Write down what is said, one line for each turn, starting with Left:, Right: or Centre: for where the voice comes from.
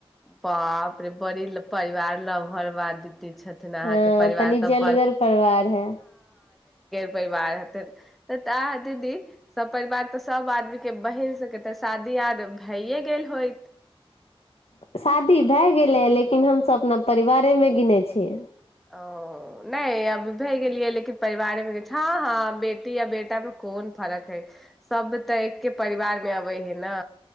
Centre: बापे बड़ी परिवार लरब द
Left: हँ
Centre: ह परिवार
Left: तनी
Centre: सब
Left: जलगर परिवार है
Centre: परिवार हतै त ता दीदी सपरिवार तऽ सब आदमी के बहिन सबके तऽ शादी याद भैए गेल होइत
Left: शादी भए गेलै ह लेकिन हमसभ अपना परिवारेमे गिने छीियै
Centre: ओ नहि अब भय गेलियै लेकिन परिवारमे हँ हँ बेटी य बेटामे कोन फरक हइ सभ तऽ एकके परिवारमे अबै हे ने